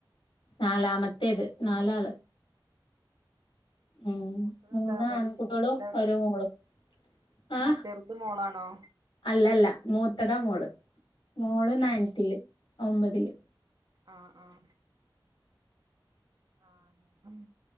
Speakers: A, on the left (about 70°); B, on the right (about 55°).
A: നാലാമത്തേത് നാലാള് ഉം
B: മൂത്ത തെന്താ
A: മൂന്ന്
B: പഠിക്
A: ആൺകുട്ടികളും
B: എത്രലാ പഠിക്ക്ണ്
A: ഒരു മോളും ആഹ്
B: ആഹ്‌ ചെർത് മോളാണോ
A: അല്ലല്ല മൂത്തതാ മോള് മോള്
B: ആഹ്
A: നയൺത്തില് ഒമ്പതില്
B: ആഹ്‌ ആഹ്‌ ആഹ്‌ ആം